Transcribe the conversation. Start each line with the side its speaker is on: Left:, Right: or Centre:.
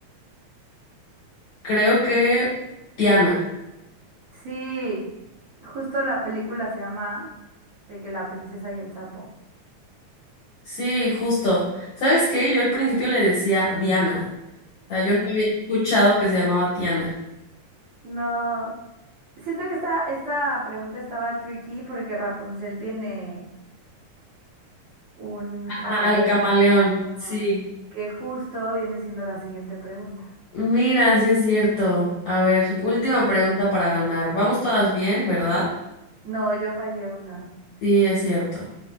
Left: creo que Diana.
Right: Sí, justo la película se llama de que la princesa y el sapo.
Left: Sí, justo. ¿Sabes qué? Yo al principio le decía Diana. O sea, yo no había escuchado que se llamaba Tiana.
Right: No, siento que esta, esta pregunta estaba tricky porque Rapunzel tiene un camaleón,
Left: Ah, al camaleón,
Right: ¿no? Ajá.
Left: sí.
Right: Que justo viene siendo la siguiente pregunta.
Left: Mira, sí es cierto. A ver, última pregunta para ganar. Vamos todas bien, ¿verdad?
Right: No, yo fallé una.
Left: Sí, es cierto.